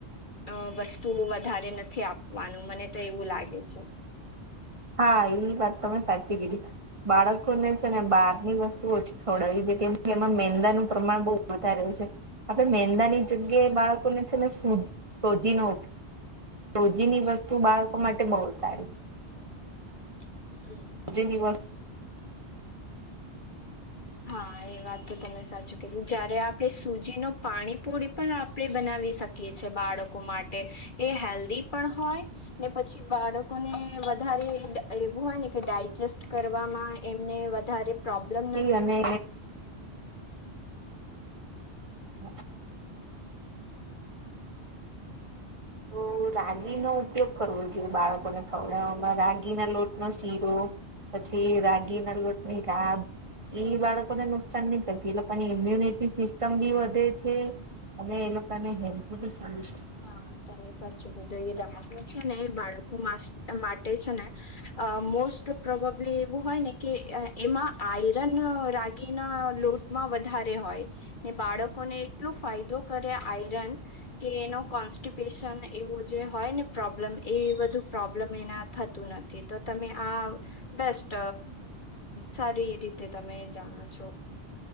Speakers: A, on the left; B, on the right.
A: અ વસ્તુ વધારે નથી આપ વાનું મને તો એવું લાગે છે.
B: હા ઈ વાત તમે સાચી કીધી બાળક લોકોને છે ને બારની વસ્તુ ઓછી ખવડાવી જે કેમ કે એમાં મેંદાનું પ્રમાણ બઉ વધારે હોય છે. આપણે મેંદાની જગ્યાએ બાળકોને છે ને શુદ રોજીનો રોજીની વસ્તુ બાળકો માટે બહુ સારી
A: <inaudible>
B: જીની વ
A: હા એ વાત તો તમે સાચું કીધું. જયારે આપણે સૂજીનો પાણીપુરી પણ આ આપણે બનાવી શકીએ છે બાળકો માટે. એ હેલ્ધી પણ હોય ને પછી બાળકોને વધારે એ એવું હોય ને કે ડાયજેસ્ટ કરવામાં એમને વધારે પ્રોબ્લમ
B: તી અને <inaudible> તો રાગીનો ઉપયોગ કરવો જોઈએ બાળકોને ખવડાવવામાં રાગીના લોટનો શીરો. પછી રાગીના લોટની રાબ. ઈ બાળકોને નુકસાન ની કરતી એ લોકોની ઈમ્યુનિટી સિસ્ટમ બી વધે છે. અને એ લોકાને હેલ્દી બી <inaudible>
A: હા તમે સાચું કીધું. એ રાગી છે ને એ બાળકો માસ માટે છે ને અ મોસ્ટ પ્રોબબલી એવું હોય ને કે અ એમાં આયરન રાગીના લોટમાં વધારે હોય. ને બાળકોને એટલો ફાયદો કરે આયરન કે એનો કોન્સ્ટીપેશન એવું જે હ હોય ને પ્રોબ્લેમ એ બધું પ્રોબ્લેમ એના થતું નથી. તો તમે આ બેસ્ટ સારી રીતે તમે જાણો છો.